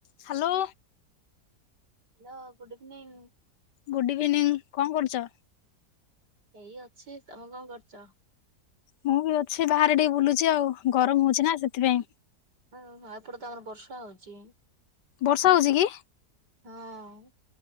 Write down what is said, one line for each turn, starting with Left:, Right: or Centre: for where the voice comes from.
Left: Hello.
Right: Hello good evening.
Left: Good evening କଣ କରୁଚ?
Right: ଏଇ ଅଛି ତମେ କଣ କରୁଚ?
Left: ମୁଁ ବି ଅଛି ବାହାରେ ଟିକେ ବୁଲୁଛି ଆଉ। ଗରମ ହୋଉଚି ନା ସେଥିପାଇଁ।
Right: ଆଉ ଏପଟେ ତ ଆମର ବର୍ଷା ହୋଉଚି।
Left: ବର୍ଷା ହୋଉଚି କି?
Right: ହଁ।